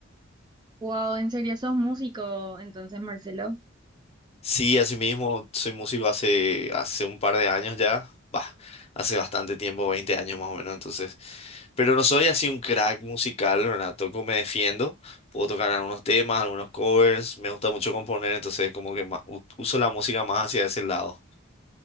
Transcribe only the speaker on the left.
Sí, así mismo, soy músico hace, hace un par de años ya, bah, hace bastante tiempo, 20 años más o menos, entonces, pero no soy así un crack musical, ¿verdad? Toco, me defiendo, puedo tocar algunos temas, algunos covers, me gusta mucho componer, entonces como que ma- u- uso la música más hacia ese lado.